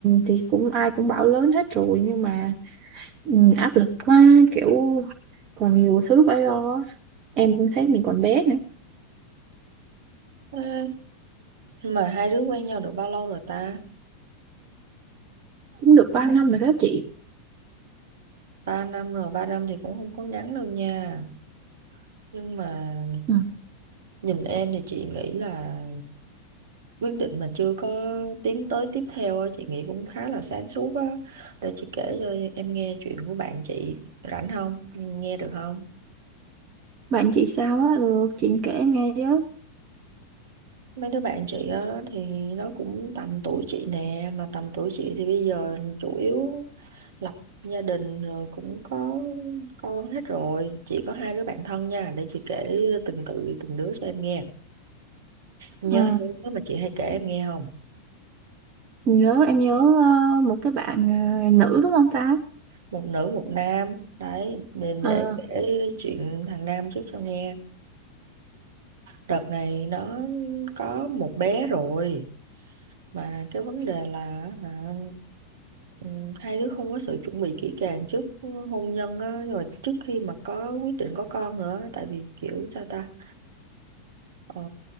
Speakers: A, on the right; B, on the right.
A: thì cũng ai cũng bảo lớn hết rồi nhưng mà ừ, áp lực quá kiểu còn nhiều thứ phải lo á. em cũng thấy mình còn bé nữa
B: Ê, Mà hai đứa quen nhau được bao lâu rồi ta?
A: cũng được ba năm rồi đó chị
B: Ba năm rồi, ba năm thì cũng không có ngắn đâu nha. Nhưng mà
A: ừ.
B: nhìn em thì chị nghĩ là quyết định mà chưa có tiến tới tiếp theo á, chị nghĩ cũng khá là sáng suốt á để chị kể cho em nghe chuyện của bạn chị rảnh không nghe được không
A: bạn chị sao á được chị kể nghe với
B: mấy đứa bạn chị á thì nó cũng tầm tuổi chị nè mà tầm tuổi chị thì bây giờ chủ yếu lập gia đình rồi cũng có con hết rồi chị có hai đứa bạn thân nha để chị kể từng tự từng đứa cho em nghe Em nhớ
A: Ờ,
B: hai đứa mà chị hay kể em nghe không
A: nhớ em nhớ ờ, một cái bạn ờ, nữ đúng không ta
B: một nữ một nam đấy để,
A: Ờ,
B: để kể chuyện thằng nam trước cho nghe đợt này nó có một bé rồi mà cái vấn đề là hả, ừ, hai đứa không có sự chuẩn bị kỹ càng trước hôn nhân á rồi trước khi mà có quyết định có con nữa tại vì kiểu sao ta ờ,